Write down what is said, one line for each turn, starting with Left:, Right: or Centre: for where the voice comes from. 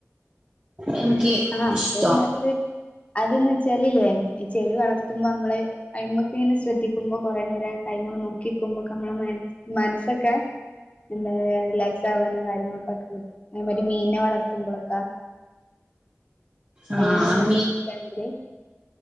Right: എനിക്ക്
Left: ആഹാ
Right: ഇഷ്ടം
Left: <unintelligible> അത് എന്ന് വെച്ചാല് ഈ ചെടി വളർത്ത്മ്പോ നമ്മളെ അ്മ <unintelligible> ശ്രദ്ധിക്ക്മ്പോ കൊററെ നേരം ടൈം നോക്കിനിക്കുമ്പാക്കൂം ഞമ്മാടേ മനസ്സൊക്കേ എന്തായ് റിലാക്സ് ആവാനോ കാര്യങ്ങളൊക്കെ ഒക്കെ പറ്റും <unintelligible> ഒര് മീനിനെ വളർത്ത്മ്പോളാക്കെ
Right: ആ
Left: അയ്ന ഇങ്ങനെ നോക്കി
Right: ഉം
Left: നിൽക്കാന്നെങ്കിൽ